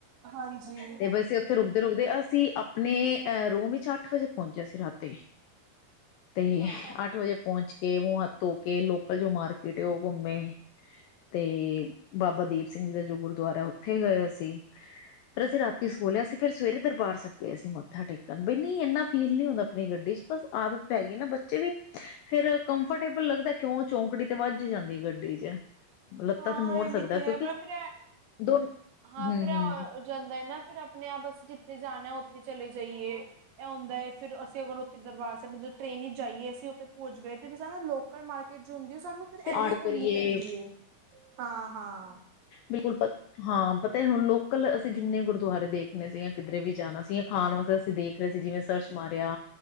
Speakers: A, on the right (about 75°); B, on the left (about 85°).
A: ਹਾਂਜੀ
B: ਤੇ ਬਸੀ ਓਥੇ ਰੁਕਦੇ-ਰੁਕਦੇ ਅਸੀਂ ਅਪਣੇਂ ਐ ਰੂਮ ਇਚ ਅੱਠ ਵਜੇ ਪਹੁੰਚਿਆ ਸੀ ਰਾਤੀ। ਤੇ
A: ਹਾਂ
B: ਅੱਠ ਵਜੇ ਪਹੁੰਚ ਕੇ ਮੂੰ ਹੱਥ ਧੋ ਕੇ ਲੋਕਲ ਜੋ ਮਾਰ ਕੇ ਤੇ ਉਹ ਘੁੰਮੇ ਤੇ ਬਾਬਾ ਦੀਪ ਸਿੰਘ ਜੀ ਦਾ ਜੋ ਗੁਰਦੁਆਰੈ ਓਥੇ ਗਏ ਅਸੀਂ। ਫਿਰ ਅਸੀਂ ਰਾਤੀ ਸੋਲਿਆ ਸੀ। ਫੇਰ ਸਵੇਰੇ ਦਰਬਾਰ ਸੈਬ ਗਏ ਸੀ ਮੱਥਾ ਟੇਕਣ, ਬਈ ਨੀ ਏਨਾ ਫੀਲ ਨੀ ਹੁੰਦਾ ਅਪਣੀ ਗੱਡੀ ਚ। ਬਸ ਆਦਤ ਪੈ ਗੀ ਨਾ ਬੱਚੇ ਵੀ ਫੇਰ ਕੰਫਰਟੇਬਲ ਲੱਗਦੈ, ਕਿਉਂ ਚੌਂਕੜੀ ਤੇ ਵੱਜ ਜਾਂਦੀ ਗੱਡੀ ਚ ਲੱਤਾਂ
A: ਹਾਂ
B: ਤੇ ਮੋੜ
A: ਇਹਮਤੀ
B: ਸਕਦਾ
A: ਹੈ।
B: ਕਿਉਂਕਿ
A: ਬ ਫਿਰ
B: ਦੋ
A: ਹਾਂ
B: ਹੂੰ
A: ਫਿਰ
B: ਹੂੰ
A: ਜਾਂਦਾਏ ਨਾ ਫਿਰ ਆਪਣੇ ਆਪ ਬਸ ਜਿੱਥੇ ਜਾਣਾ ਉੱਥੇ ਚਲੇ ਜਾਈਏ ਇਹ ਆਉਂਦਾ ਹੈ ਫਿਰ ਅਸੀਂ ਅਗਰ ਉੱਥੇ ਦਰਬਾਰ ਸਾਹਿਬ ਟ੍ਰਨ ਹੀ ਜਾਈਏ ਅਸੀਂ ਉੱਥੇ ਪਹਜ ਗਏ ਤੇ ਫ ਨਾ ਲੋਕ ਮਾਰਕੀਟ ਜੋ ਹੁੰਦੀ ਸਾਨੂੰ ਫਿਰ ਐਵੇਂ
B: ਆਟੋ
A: ਘੁੰਮਣੀ
B: ਕਰੀਏ
A: ਪੈਂਦੀ ਹੈ ਹਾਂ ਹਾਂ
B: ਬਿਲਕੁਲ ਫ ਹਾਂ, ਪਤੈ ਹੁਣ ਲੋਕਲ ਅਸੀਂ ਜਿੰਨੇ ਗੁਰਦੁਆਰੇ ਦੇਖਣੇ ਸੀ ਯਾ ਕਿੱਧਰੇ ਵੀ ਜਾਣਾ ਸੀ, ਯਾ ਖਾਣ ਵਸਤੇ ਦੇਖ ਰਹੇ ਸੀ। ਜਿਵੇਂ ਸਰਚ ਮਾਰਿਆ